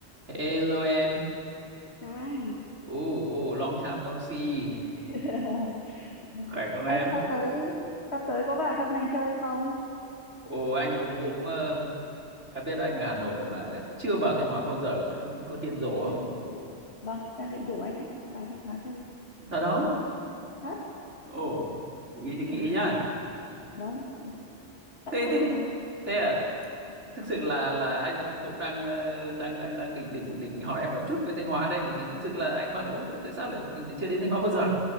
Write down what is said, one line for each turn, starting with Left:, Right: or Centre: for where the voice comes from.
Right: Hello em,
Left: Chào anh.
Right: ồ oh, long time no see,
Left: <laughs>
Right: khỏe không em?
Left: anh sắp tới sắp tới có vào trong này chơi không?
Right: Ồ anh cũng
Left: Em
Right: cũng
Left: khỏe.
Right: ờ, em biết anh ở Hà Nội mà chưa vào Thanh Hóa
Left: Vâng,
Right: bao giờ, Em có điên rồ
Left: thế
Right: không?
Left: đang định rủ. Vâng, đang định rủ anh đấy, vào Thanh Hóa chơi.
Right: Thật không?
Left: Thật.
Right: Ồ nghĩ cho kỹ
Left: À, <laughs>
Right: nhá.
Left: Vâng, sẵn
Right: Thế
Left: sàng
Right: thế
Left: mà anh.
Right: thế à? Thực sự là là anh anh cũng đang ờ, đang đang đang định định định hỏi em một chút về Thanh Hóa đây, bởi vì thực sự là anh bảo là ô tại sao lại mình lại chưa đến Thanh Hóa bao giờ?